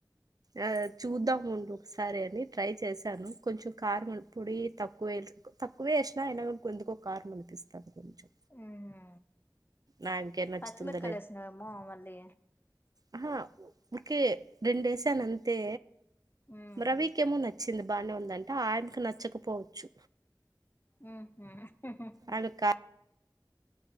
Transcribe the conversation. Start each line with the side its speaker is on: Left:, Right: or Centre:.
Right: ఆదె చూద్దాం ఉండు సరే అని ట్రై చేశాను కొంచెం కార్ ము పొడి తక్కువే తక్కువ వేసినా అయినా కూడా కొందుకు కారం అనిపిస్తాంది కొంచెం
Left: ఆహా
Right: నాకే నచ్చుతుందో
Left: పచ్చిమిరకాయలు వేసినవేమో మళ్ళీ
Right: ఆహ ఊకే రెండేశానంతే
Left: ఉహు
Right: రవికేమో న చ్చింది బాగానే ఉందంట ఆయనకి నచ్చకపోవచ్చు
Left: ఊహు హు హు
Right: ఆడు కా